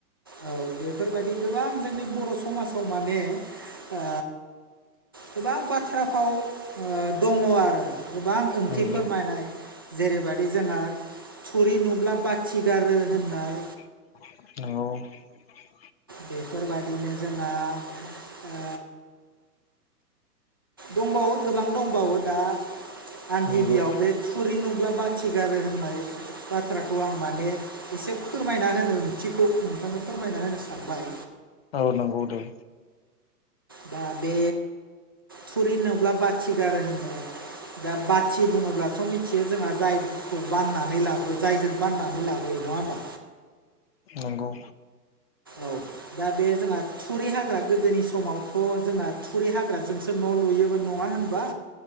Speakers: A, on the right; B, on the left.
A: औ बेफोर बायदि गोबां जोंनि बर' समाजाव माने ओ गोबां बाथ्रा फाव ओ दङ' आरो गोबां ओंथि
B: नंगौ
A: फोरमायनाय जेरै बायदि जोंहा थुरि नुब्ला बाथि गारो होननाय
B: औ।
A: बेफोरबायदिनो जोंहा ओ दंबावो गोबां दंबावो दा आं
B: नंगौ
A: गिबियाव बे थुरि नुब्ला बा थि गारो होननाय बाथ्राखौ आं माने एसे फोरमायना होनो ओंथिखौ। नोंथांनो फोरमायना होनो सानबाय
B: औ नंगौ दे
A: दा बे थुरि नुब्ला बाथिगार होननाया। दा बाथि बुङोब्लाथ' मि जे जोंहा जायखौ बाननानै लाबो जायजों बाननानै लाबोयो नंङा होमबा।
B: नंगौ।
A: औ दा बे जोंहा थुरि हाग्रा गोदोनि समाव। थ'जोंना थुरि हाग्राजोंसो न' लुयोमोन नंङा होनबा।